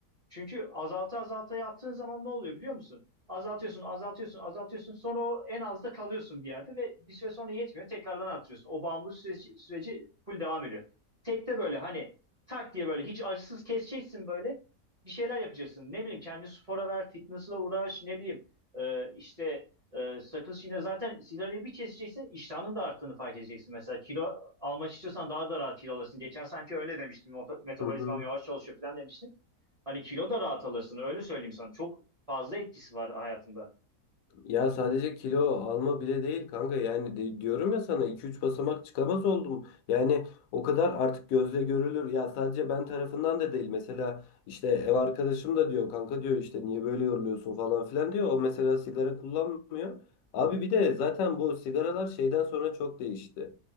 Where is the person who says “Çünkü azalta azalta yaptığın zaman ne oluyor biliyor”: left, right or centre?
Right